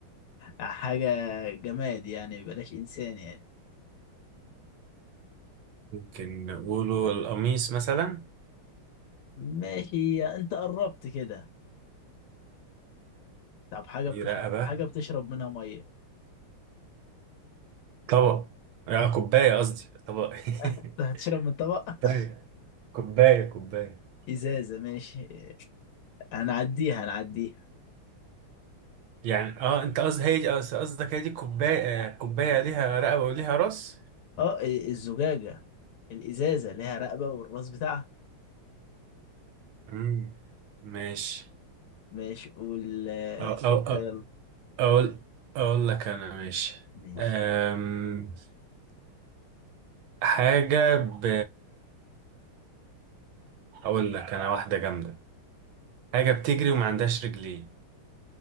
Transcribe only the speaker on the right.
ممكن نقوله القميص مثلا
دي رقبه
طبق آه كوبايه قصدي طبق <laughs>
كوبايه كوبايه كوبايه
يعني اه انت قصدك هي دي قص- قصدك هي دي كوبايه آه، كوبايه ليها رقبه وليها راس
امم ماشي
أو أو
أو
اقول اقول لك انا ماشي
أم... حاجه ب اقول لك انا واحده جامده حاجه بتجري وما عندهاش رجلين